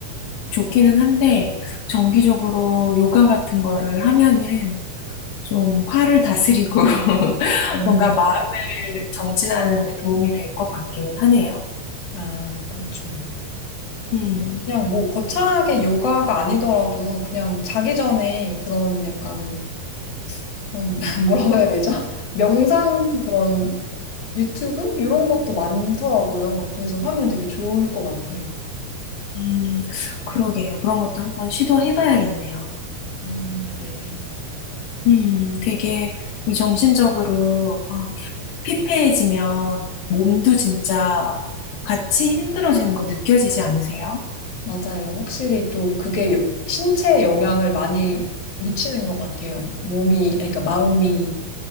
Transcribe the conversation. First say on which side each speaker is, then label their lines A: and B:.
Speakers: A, on the left; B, on the left.
A: 좋기는 한데, 정기적으로 요가 같은 거를 하면은 좀 화를 다스리고 <laughs>
B: 음.
A: 뭔가 마음을 정진하는 데 도움이 될 것 같기는 하네요.
B: 아, 그렇죠.
A: 음,
B: 그냥 뭐 거창하게 요가가 아니더라도 그냥 자기 전에 그런 약간 그런 <laughs> 뭐라고 해야 되죠? 명상 그런 유튜브 이런 것도 많더라고요. 그래서 하면 되게 좋을 것 같아요.
A: 음, 그러게요. 그런 것도 한번 시도해봐야겠네요.
B: 음, 네네.
A: 음, 되게 이 정신적으로 막 피폐해지면 몸도 진짜 같이 힘들어지는 거 느껴지지 않으세요?
B: 맞아요. 확실히 또 그게 여- 신체에 영향을 많이 미치는 것 같아요. 몸이, 아니, 그러니까 마음이